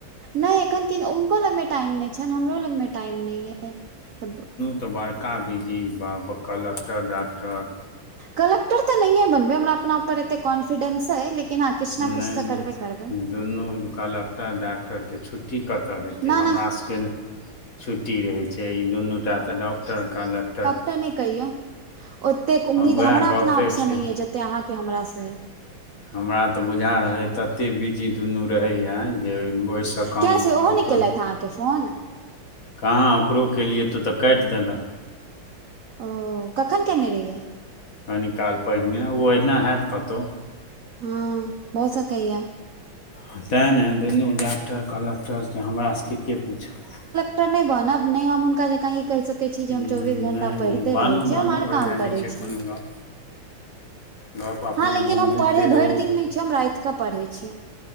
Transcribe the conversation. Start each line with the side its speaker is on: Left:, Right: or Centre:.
Right: नहि, एखन किन हुनको लगमे टाइम नहि छनि, हमरो लगमे टाइम नहि यऽ तऽ ब
Left: तो बड़का बिजी बाप रे कलक्टर, डॉक्टर
Right: कलक्टर तऽ नहिए बनबै, हमरा अपना ऊपर एते कॉन्फिडेंस अइ, लेकिन हँ, किछ ना किछ
Left: नहि
Right: तऽ करबे करबै
Left: दुनू कलक्टर, डाक्टरके छुट्टी कतय हेतै
Right: ना
Left: हमरा
Right: ना
Left: सभके ने छुट्टी रहै छै ई दुनू टा तऽ डॉक्टर, कलक्टर
Right: ओतेनै कहियौ ओतेक उम्मीद
Left: वएह
Right: हमरा
Left: गपे
Right: अपना आपसँ
Left: छै
Right: नै यऽ जते अहाँके हमरा स अइ
Left: हमरा तऽ बुझा रहै तऽ एते बिजी दुनू रहैए जे ओहिस कम
Right: किया से ओहो
Left: ककरो
Right: नहि केलथि अहाँके फोन
Left: कहां ओकरो केलियै त ओत काटि देलक।
Right: ओ कखन केने रहियै?
Left: कनि काल पहिने ओ अहिना हैत कतहु।
Right: हँ भ सकैया।
Left: हं तैं ने दुनू डाक्टर, कलक्टर छै हमरा सबके के पूछत
Right: टर नै बनब नै हम हुनका जकाँ इ कहि सकै कै छी जे
Left: नहि
Right: हम चौबीस घंटा पढ़िते
Left: नहि बानू
Right: रहै छियै
Left: बानू
Right: हम हर
Left: एहि
Right: काम
Left: लए नहि
Right: करै
Left: छै
Right: छियै।
Left: कोनो गप गप अपने
Right: हां लेकिन
Left: घूमू
Right: हम पढ़ै
Left: फिरू
Right: भरि दिन नहि छियै हम रात क पढ़ै छियै।